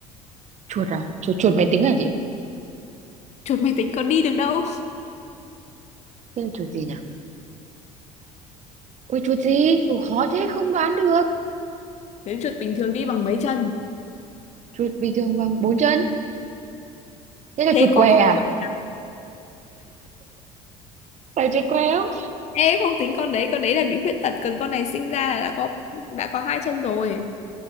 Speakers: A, on the right; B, on the left.
A: Chuột à? Chuột chuột máy tính à chị?
B: Chuột máy tính có đi được đâu.
A: Thế là chuột gì nhỉ? Ôi chuột gì? Cũng khó thế không đoán được.
B: Nếu chuột bình thường đi bằng mấy chân?
A: Chuột bình thường bằng bốn chân. Thế là
B: Thế
A: chuột
B: có
A: què
B: con
A: à?
B: chuột
A: Phải chuột què không?
B: Ê không tính con đấy, con đấy là bị khuyết tật, còn con này sinh ra là đã có đã có hai chân rồi.